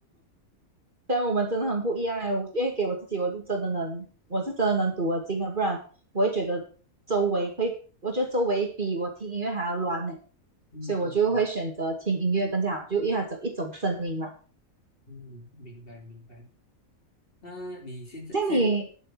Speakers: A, on the right; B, on the left.
A: 虽然我们真的很不一样哎，我因为给我自己，我是真的能，我是真的能读得进的，不然我会觉得周围会，我觉得周围比我听音乐还要乱呢，
B: 嗯嗯嗯
A: 所以我就会选择听音乐更加好，就因为它只有一种声音嘛。
B: 嗯，嗯嗯明白明白。那你现在现在
A: 像你，